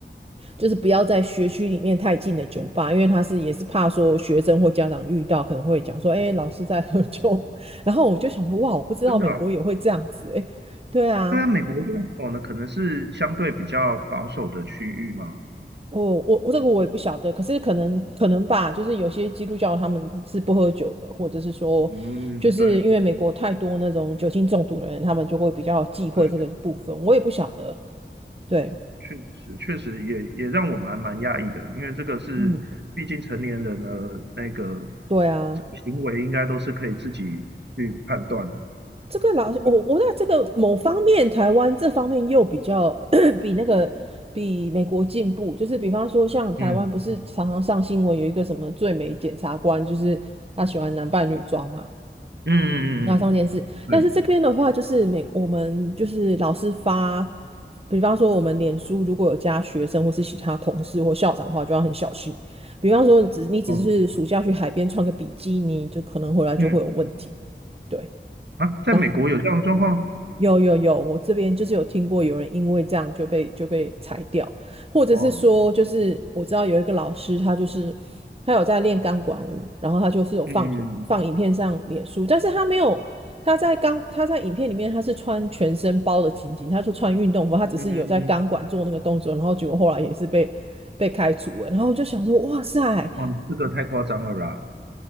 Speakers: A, on the right; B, on the right.
A: 就是不要在学区里面太近的酒吧，因为他是也是怕说学生或家长遇到可能会讲说，哎，老师在喝酒，<laughs> 然后我就想说，哇，我不知道美国也会这样子，
B: 真的，
A: 哎，对啊。
B: 对啊，美国这种哦呢，可能是相对比较保守的区域嘛。
A: 哦，我我这个我也不晓得，可是可能可能吧，就是有些基督教他们是不喝酒的，或者是说，
B: 嗯，
A: 就是因为美国太多那种酒精中毒的人，
B: 对
A: 他们就会比较忌讳这个部分，
B: 对。
A: 我也不晓得。对，
B: 确实确实也也让我们还蛮讶异的，因为这个是毕竟成年人的那个
A: 嗯，对啊，
B: 这个行为应该都是可以自己去判断。
A: 这个老师我我那这个某方面，
B: 对，
A: 台湾这方面又比较 <coughs> <clears throat> 比那个比美国进步，就是比方说像台湾不是常常上新闻有一个什么最美检察官，
B: 嗯
A: 就是他喜欢男扮女装嘛。
B: 嗯嗯嗯，
A: 那上电视，
B: 对，
A: 但是这边的话，就是每我们就是老师发，比方说我们脸书如果有加学生或是其他同事或校长的话，就要很小心。比方说只你只是暑假去海边穿个比基尼，
B: 哦
A: 就可能回来就会有问题。
B: 嗯
A: 对。
B: 啊，在美国有这样的状况，
A: 然后有有有，我这边就是有听过有人因为这样就被就被裁掉，或者是说，
B: 哇，
A: 就是我知道有一个老师，他就是他有在练钢管舞，然后他就是有放图放影片上脸书，
B: 嗯
A: 但是他没有他在钢他在影片里面他是穿全身包的情景，他说穿运动服，他只是有在钢管做那个动作，
B: 嗯嗯，
A: 然后结果后来也是被被开除了，然后我就想说，哇塞，
B: 哦，这个太夸张了啦，